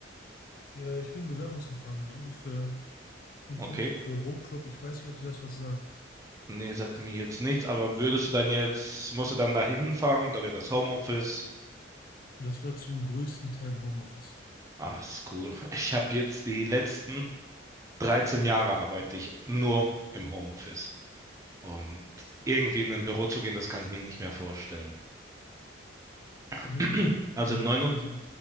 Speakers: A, on the left (about 45°); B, on the right (about 15°).
A: Ja, ich bin im Bewerbungsverfahren gerade für einen
B: Okay.
A: Roh, äh, Rohclub. Ich weiß nicht, ob dir das was sagt.
B: Nee, sagt mir jetzt nichts, aber würdest du dann jetzt, musst du dann da hinfahren, da wäre das Homeoffice.
A: Das wäre zum größten Teil Homeoffice.
B: Ah, das ist cool. <laughs> Ich habe jetzt die letzten.
A: Ja,
B: 13 Jahre arbeite ich nur im Homeoffice. Und irgendwie in ein Büro zu gehen, das kann ich mir nicht mehr vorstellen. <clears throat>
A: ja,
B: Also
A: kann
B: im
A: ich,
B: neuen, Un-
A: also